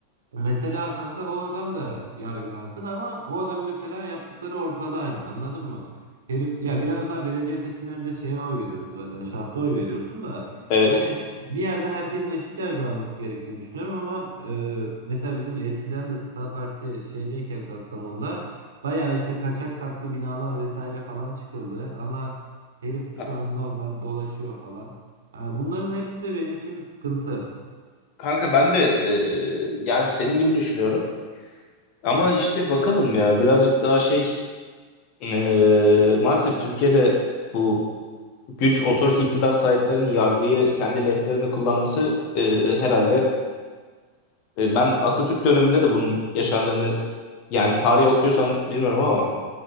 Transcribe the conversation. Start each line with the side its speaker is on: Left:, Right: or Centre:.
Right: Mesela kanka o adam da yargılansın ama o adam mesela yaptıkları ortada hani anladın mı? Herif ya biraz daha belediye seçimlerinde şeye oy veriyorsun zaten şahsa oy veriyorsun da
Left: evet.
Right: hani bir yerde herkesin eşit yargılanması gerektiğini düşünüyorum ama e, mesela bizim eskiden de Sağ Parti şeydeyken Kastamonu'da bayağı işte kaçak katlı binalar vesaire falan çıkıldı ama herif
Left: Ka-
Right: şu an normal dolaşıyor falan. Ha, bunların hepsi benim için bir sıkıntı.
Left: Kanka ben de e, yani senin gibi düşünüyorum. Ama işte bakalım ya birazcık daha şey eee, maalesef Türkiye'de bu güç otorite iktidar sahiplerinin yargıyı kendi lehlerine kullanması eee, herhalde e, ben Atatürk döneminde de bunun yaşandığını yani tarih okuyorsan bilmiyorum ama